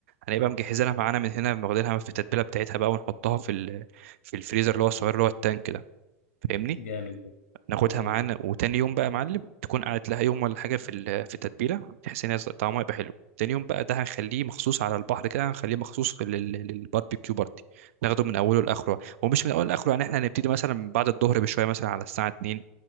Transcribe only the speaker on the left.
جامد ده
جامد